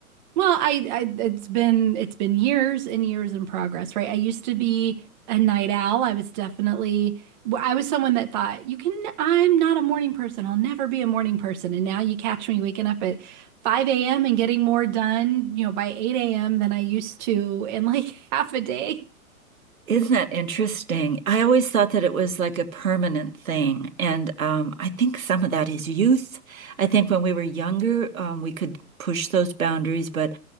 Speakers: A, on the right; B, on the right.
A: Well, I, I it's been it's been years and years in progress, right? I used to be a night owl. I was definitely I was someone that thought, you can I'm not a morning person. I'll never be a morning person. And now you catch me waking up at 5 a.m. and getting more done, you know, by 8 a.m. than I used to in like <laughs> half a day.
B: <laughs> Isn't that interesting? I always thought that it was like a permanent thing. And um, I think some of that is youth. I think when we were younger, um, we could push those boundaries, but